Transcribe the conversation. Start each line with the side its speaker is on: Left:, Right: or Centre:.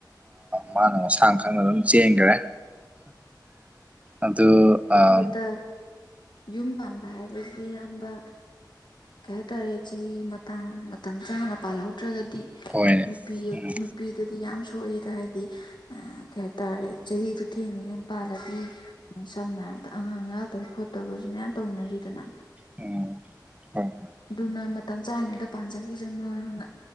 Right: ꯃꯥꯅ ꯃꯁꯥ ꯈꯪꯅ ꯑꯗꯨꯝ ꯆꯦꯟꯈꯔꯦ ꯑꯗꯨ ꯑꯝ
Left: ꯍꯣꯏꯗ ꯌꯨꯝ ꯄꯥꯟꯕ ꯍꯥꯏꯕꯁꯤꯗꯤ ꯏꯌꯥꯝꯕ ꯀꯩ ꯍꯥꯏꯇꯥꯔꯦ ꯆꯍꯤ ꯃꯇꯥꯡ ꯃꯇꯝ ꯆꯥꯅ ꯄꯥꯜꯍꯧꯗ꯭ꯔꯒꯗꯤ
Right: ꯍꯣꯏꯅꯦ
Left: ꯅꯨꯄꯤ
Right: ꯎꯝ
Left: ꯅꯨꯄꯤꯗꯗꯤ ꯌꯥꯝ ꯁꯣꯏꯌꯦꯗ ꯍꯥꯏꯗꯤ ꯀꯩ ꯍꯥꯏꯇꯥꯔꯦ ꯆꯍꯤꯗꯨ ꯊꯦꯡꯅ ꯌꯨꯝ ꯄꯥꯜꯂꯗꯤ ꯁꯝꯅ ꯍꯥꯏꯔꯕꯗ ꯑꯉꯥꯡ ꯌꯥꯎ ꯐꯠꯇꯕ ꯈꯣꯠꯇꯕꯁꯨ ꯃꯌꯥꯝ ꯇꯧꯅꯔꯤꯗꯅ
Right: ꯎꯝ ꯍ ꯍ
Left: ꯑꯗꯨꯅ ꯃꯇꯝ ꯆꯥꯔꯤꯉꯩꯗ ꯄꯥꯟꯖꯈꯤꯁꯅꯨꯅ